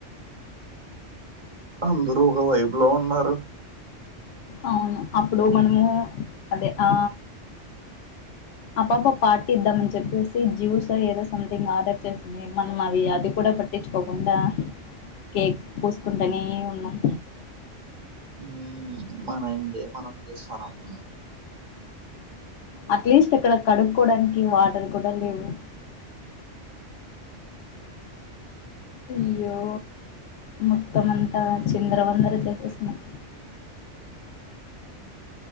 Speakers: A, on the right; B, on the left.
A: అందరు ఒక వైబ్లో ఉన్నారు
B: అవును అప్పుడు మనము అదే ఆ ఆ పాప పార్టీ ఇద్దామని చెప్పేసి జ్యూస్ ఏదో సంథింగ్ ఆర్డర్ చేసింది మనం అవి అది కూడా పట్టించుకోకుండా కేక్ పూసుకుంటనే ఉన్నాం
A: ఉ మన ఎంజాయ్ మనం చేస్తానము
B: అట్లీస్ట్ అక్కడ కడుక్కోడానికి వాటర్ కూడా లేవు అయ్యో మొత్తమంతా చిందర వందర చేసేసిన్నాం